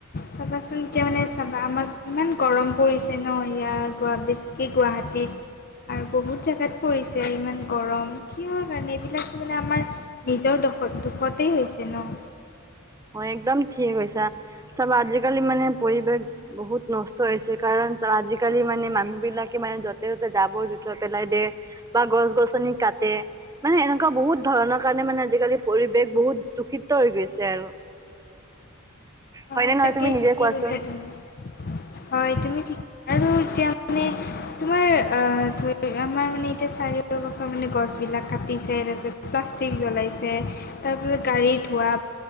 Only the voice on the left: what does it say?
চাবাচোন এতিয়া মানে চাবা আমাৰ ইমান গৰম পৰিছে ন' ইয়াত বেছিকৈ গুৱাহাটীত। আৰু বহুত জেগাত পৰিছে ইমান গৰম। কিয় কাৰণে এইবিলাক মানে আমাৰ নিজৰ। দুষতেই হৈছে ন'।
হয়
তাকেই
ঠিকেই
কৈছা তুমি, হয় তুমি ঠিক আৰু এতিয়া মানে তোমাৰ অ' আমাৰ মানে এতিয়া চাৰিও ফালৰ মানে গছ বিলাক কাটিছে। তাৰপিছত প্লাষ্টিক জ্বলাইছে ত। তাৰোপৰি গাড়ী ধোঁৱা